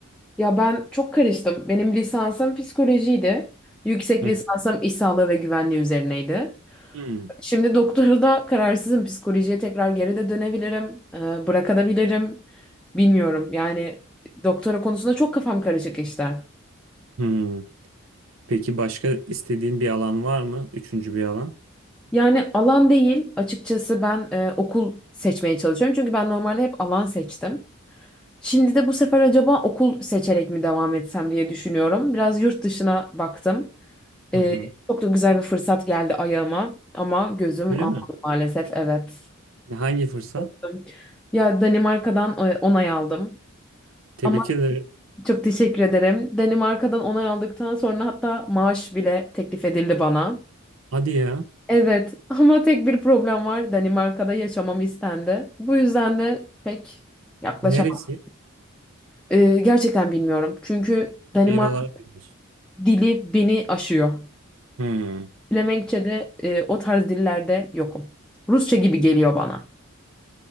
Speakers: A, in the centre; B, on the right.
A: Ya ben çok karıştım. Benim lisansım psikolojiydi. Yüksek
B: Hı.
A: lisansım iş sağlığı ve güvenliği üzerineydi.
B: Hmm.
A: Şimdi doktoru da kararsızım. Psikolojiye tekrar geri de dönebilirim. e, bırakabilirim. Bilmiyorum. Yani doktora konusunda çok kafam karışık işte.
B: Hmm. Peki başka istediğin bir alan var mı? Üçüncü bir alan.
A: Yani alan değil. Açıkçası ben e, okul seçmeye çalışıyorum. Çünkü ben normalde hep alan seçtim. Şimdi de bu sefer acaba okul seçerek mi devam etsem diye düşünüyorum. Biraz yurt dışına baktım. E,
B: Hı hı.
A: çok da güzel bir fırsat geldi ayağıma. Ama gözüm
B: Öyle
A: almadı
B: mi?
A: maalesef. Evet.
B: Hangi fırsat?
A: Korktum. Ya Danimarka'dan e, onay aldım.
B: Tebrik
A: ama
B: ederim.
A: Çok teşekkür ederim. Danimarka'dan onay aldıktan sonra hatta maaş bile teklif edildi bana.
B: Hadi ya.
A: Evet <laughs> ama tek bir problem var. Danimarka'da yaşamam istendi. Bu yüzden de pek yaklaşamam.
B: Neresi?
A: Ee, gerçekten bilmiyorum. Çünkü Danimark
B: Şehir olarak biliyorsun.
A: dili beni aşıyor.
B: Hmm.
A: Flemenkçe'de e, o tarz dillerde yokum. Rusça gibi geliyor bana.